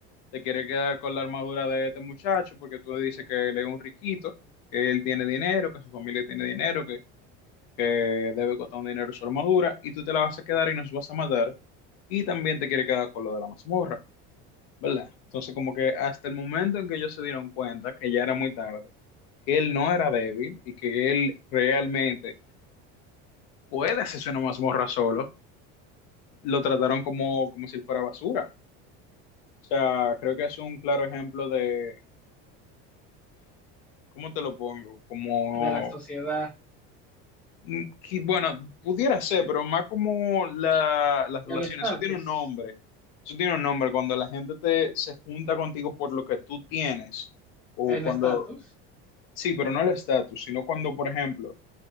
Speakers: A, on the left; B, in the centre.
A: te quiere quedar con la armadura de este muchacho porque tú dices que él es un riquito, que él tiene dinero, que su familia tiene dinero, que, que debe costar un dinero su armadura, y tú te la vas a quedar y nos vas a matar. Y también te quiere quedar con lo de la mazmorra, ¿verdad? Entonces, como que hasta el momento en que ellos se dieron cuenta que ya era muy tarde, que él no era débil y que él realmente puede hacerse una mazmorra solo, lo trataron como, como si él fuera basura. O sea, creo que es un claro ejemplo de, ¿cómo te lo pongo? Como
B: de la sociedad,
A: Mm, qui- Bueno, pudiera ser, pero más como la, las relaciones,
B: el estatus,
A: eso tiene un nombre, eso tiene un nombre, cuando la gente te, se junta contigo por lo que tú tienes, o
B: el
A: cuando,
B: estatus.
A: sí, pero no el estatus, sino cuando, por ejemplo,